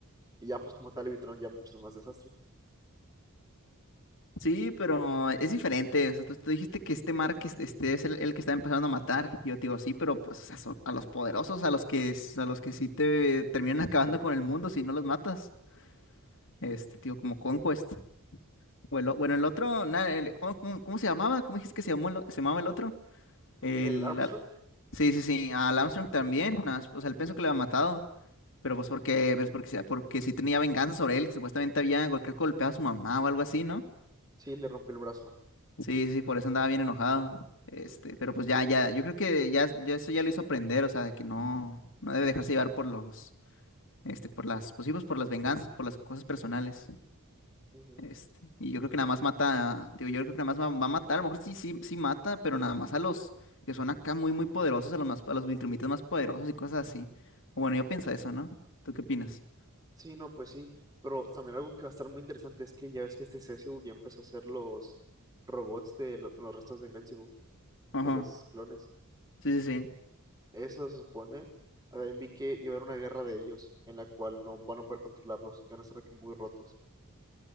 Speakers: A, on the right; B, on the left.
A: Y ya pues como tal evitaron ya muchos más desastres.
B: Sí, pero es diferente. O sea, tú, tú dijiste que este Mark es- este es el, el que está empezando a matar. Yo te digo, sí, pero pues o sea, son a los poderosos, a los que s- a los que sí te terminan <laughs> acabando con el mundo si no los matas. Este, tío, como Conquest. O el o- bueno, el otro, na- el- ¿cómo, cómo- cómo se llamaba? ¿Cómo dijiste que se llamó el o- se llamaba el otro? El
A: El Armstrong,
B: Al- Sí, sí, sí, al Armstrong también. nada más, O sea, él pensó que le había matado, pero pues porque pues porque sí- porque sí tenía venganza sobre él, que supuestamente había creo que golpeado a su mamá o algo así, ¿no?
A: sí, le rompió el brazo.
B: Sí, sí, por eso andaba bien enojado. Este, pero pues ya, ya, yo creo que ya, ya eso ya lo hizo aprender, o sea, de que no, no debe dejarse llevar por los, este, por las, pues sí, pues, por las venganzas, por las cosas personales.
A: Ujú.
B: Este, y yo creo que nada más mata, digo, yo creo que nada más va, va a matar, a lo mejor sí, sí, sí mata, pero nada más a los que son acá muy, muy poderosos, a los más, a los Viltrumitas más poderosos y cosas así. Bueno, yo pienso eso, ¿no? ¿Tú qué opinas?
A: Sí, no, pues sí. Pero también algo que va a estar muy interesante es que ya ves que este Cecil ya empezó a hacer los robots de lo- con los restos de Invincible,
B: Ajá,
A: de los clones.
B: sí, sí, sí,
A: Eso se supone. También vi que iba a haber una guerra de ellos, en la cual no van a poder controlarlos, y van a estar aquí muy rotos.